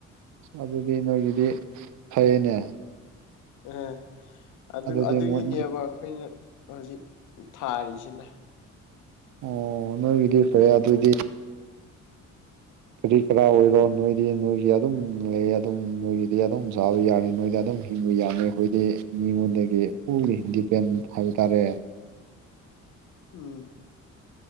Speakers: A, on the right; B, on the left.
A: ꯑꯗꯨꯗꯤ ꯅꯣꯏꯒꯤꯗꯤ ꯐꯩꯌꯦꯅꯦ
B: ꯑꯍ ꯑꯗꯨ
A: ꯑꯗꯨꯗꯤ
B: ꯑꯗꯨꯒꯤꯅꯦꯕ
A: ꯃꯣꯏ
B: ꯑꯩꯈꯣꯏꯅ ꯍꯧꯖꯤꯛ ꯊꯥꯔꯤꯁꯤꯅ
A: ꯑꯣ ꯅꯣꯏꯒꯤꯗꯤ ꯐꯩ ꯑꯗꯨꯗꯤ ꯀꯔꯤ ꯀꯔꯥ ꯑꯣꯏꯔꯣ
B: ꯎꯝ
A: ꯅꯣꯏꯗꯤ ꯅꯣꯏꯒꯤ ꯑꯗꯨꯝ ꯂꯩ ꯑꯗꯨꯝ ꯅꯣꯏꯒꯤꯗꯤ ꯑꯗꯨꯝ ꯆꯥꯕ ꯌꯥꯔꯦ ꯅꯣꯏꯗꯤ ꯑꯗꯨꯝ <unintelligible> ꯑꯩꯈꯣꯏꯗꯤ ꯃꯤꯉꯣꯟꯗꯒꯤ ꯄꯨꯔꯤ ꯗꯤꯄꯦꯟ ꯍꯥꯏꯕ ꯇꯥꯔꯦ
B: ꯎꯝ